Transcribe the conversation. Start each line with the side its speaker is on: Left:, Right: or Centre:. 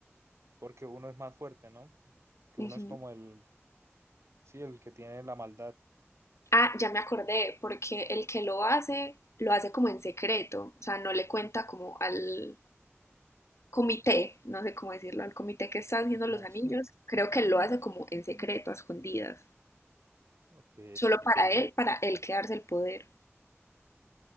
Right: porque uno es más fuerte, ¿no? Que
Left: Ujú.
Right: uno es como el, sí, el que tiene la maldad.
Left: Ah, ya me acordé, porque el que lo hace, lo hace como en secreto, o sea, no le cuenta como al comité, no sé cómo decirlo, al comité que está haciendo
Right: Ajá.
Left: los anillos,
Right: <laughs>
Left: creo que lo hace como en secreto, a escondidas,
Right: Ok.
Left: solo para él, para él quedarse el poder.